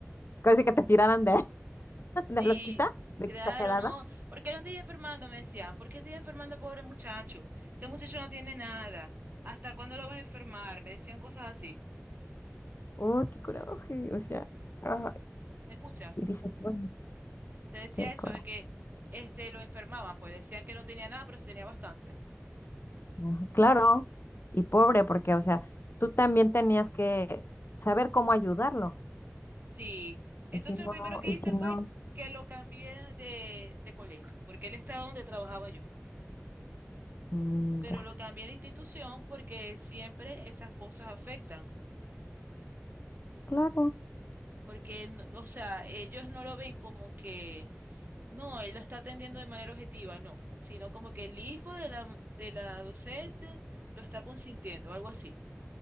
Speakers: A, on the left; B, on the right.
A: casi que te tiraran de, <laughs> de
B: sí,
A: loquita, de
B: claro,
A: exagerada.
B: ¿no? ¿Por qué no estoy enfermando? Me decía. ¿Por qué estoy enfermando, pobre muchacho? Ese muchacho no tiene nada. ¿Hasta cuándo lo vas a enfermar? Me decían cosas así.
A: Oh, qué coraje. O sea, ah,
B: ¿Me escucha?
A: y dices, bueno,
B: Te decía
A: qué
B: eso
A: coraje.
B: de que este lo enfermaban, pues decían que no tenía nada, pero sí tenía bastante.
A: Ajá, Claro, y pobre, porque, o sea, tú también tenías que saber cómo ayudarlo.
B: Sí. Entonces
A: Y si no,
B: lo primero que
A: y
B: hice
A: si no,
B: fue que lo cambié de, de colegio, porque él estaba donde trabajaba yo.
A: mm,
B: Pero
A: ya,
B: lo cambié de institución porque siempre esas cosas afectan.
A: claro.
B: Porque, no- o sea, ellos no lo ven como que, no, él la está atendiendo de manera objetiva, no, sino como que el hijo de la, de la docente lo está consintiendo, algo así.